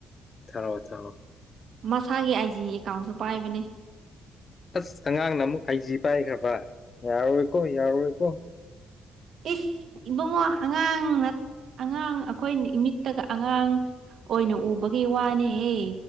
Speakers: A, on the left (about 45°); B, on the right (about 65°).
A: ꯊꯔꯣ ꯊꯥꯔꯣ
B: ꯃꯁꯥꯒꯤ ꯑꯥꯏ ꯖꯤ ꯑꯦꯀꯥꯎꯟꯁꯨ ꯄꯥꯏꯕꯅꯦ
A: ꯑꯁ ꯑꯉꯥꯡꯅ ꯑꯃꯨꯛ ꯑꯩꯥꯏꯖꯤ ꯄꯥꯏꯈ꯭ꯔꯕ ꯌꯥꯔꯔꯣꯏꯀꯣ ꯌꯥꯔꯔꯣꯏꯀꯣ
B: ꯏꯁ ꯏꯕꯨꯡꯉꯣ ꯑꯉꯥꯡꯅ ꯑꯉꯥꯡ ꯑꯩꯈꯣꯏ ꯃꯤꯠꯇꯒ ꯑꯉꯥꯡ ꯑꯣꯏꯅ ꯎꯕꯒꯤ ꯋꯥꯅꯦꯍꯦ